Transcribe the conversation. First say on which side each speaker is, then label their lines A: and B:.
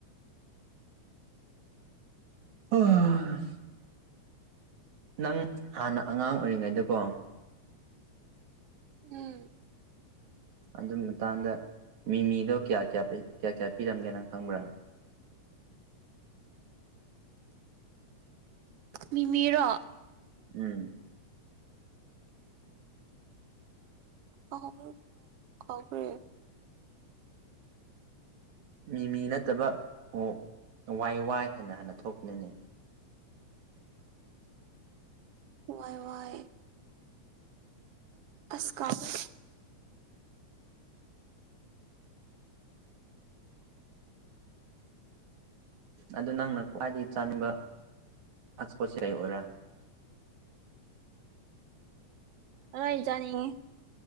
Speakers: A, on the right; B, on the right.
A: ꯑꯣ ꯅꯪ ꯍꯥꯟꯅ ꯑꯉꯥꯡ ꯑꯣꯏꯔꯤꯉꯩꯗꯀꯣ
B: ꯎꯝ
A: ꯑꯗꯨꯒꯤ ꯃꯇꯥꯡꯗ ꯃꯤꯃꯤꯗꯣ ꯀꯌꯥ ꯀꯌꯥ ꯀꯌꯥ ꯀꯌꯥ ꯄꯤꯔꯝꯒꯦꯅꯪ ꯈꯪꯕ꯭ꯔꯥ
B: ꯃꯤꯃꯤꯔꯣ
A: ꯎꯝ
B: <unintelligible> ꯀꯥꯎꯈꯔ꯭ꯦ
A: ꯃꯤ ꯃꯤ ꯅꯠꯇꯕ ꯑꯣ ꯋꯥꯏ ꯋꯥꯏ ꯍꯥꯏꯅ ꯍꯥꯟꯅ ꯊꯣꯛꯄꯅꯤꯅꯦ
B: ꯋꯥꯏ ꯋꯥꯏ ꯑꯁ ꯀꯥꯎꯈ꯭ꯔꯦ
A: ꯑꯗꯨ ꯅꯪꯅ ꯈ꯭ꯋꯥꯏꯗꯒꯤ ꯆꯥꯅꯤꯡꯕ ꯑꯁꯄꯣꯠꯁꯦ ꯀꯩ ꯑꯣꯏꯔꯥ
B: ꯂꯣꯏꯅꯥ ꯆꯥꯅꯤꯡꯉꯤ